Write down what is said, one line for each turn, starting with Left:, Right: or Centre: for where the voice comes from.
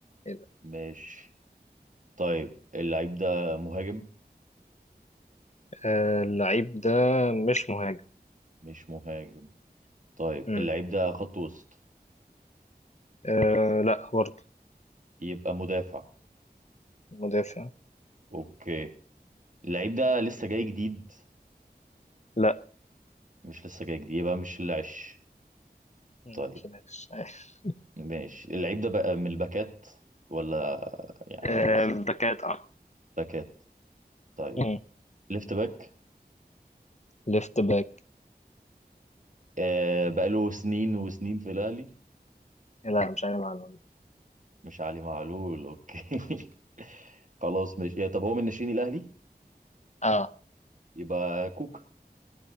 Left: إيه ده؟
Right: ماشي طيب اللعيب ده مهاجم
Left: آه، اللعيب ده مش مهاجم
Right: مش مهاجم طيب
Left: مم.
Right: اللعيب ده خط وسط
Left: آه لا برضه
Right: يبقى مدافع
Left: مدافع
Right: اوكي اللعيب ده لسه جاي جديد
Left: لا
Right: مش لسه جاي جديد يبقى مش العش
Left: لا،
Right: طيب
Left: مش ماشي <laughs>
Right: ماشي اللعيب ده بقى من الباكات ولا يعني
Left: آه،
Right: س-
Left: <laughs> الباكات اه
Right: باكات طيب
Left: مم.
Right: ليفت باك
Left: ليفت باك
Right: آه بقاله سنين وسنين في الأهلي
Left: لا مش عارف عنه
Right: مش علي معلول اوكي <laughs> خلاص ماشي طب هو من ناشئين الأهلي
Left: اه
Right: يبقى كوكا